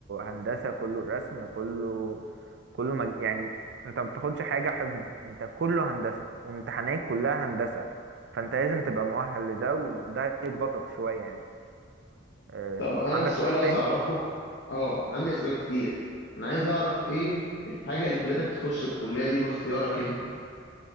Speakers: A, on the right (about 60°); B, on the left (about 60°).
A: هندسة كله رسم كله كله مج... يعني أنت ما بتاخدش حاجة حفظ أنت كله هندسة وامتحانات كلها هندسة فأنت لازم تبقى مؤهل لده وده يضغطك شوية يعني آه،
B: طب انا
A: عندك
B: السؤال
A: سؤال
B: عايز
A: تاني؟
B: اعرفه اه عندي اسئلة كتير انا عايز اعرف ايه الحاجة اللي خلتك تخش الكلية دي باختيارك انت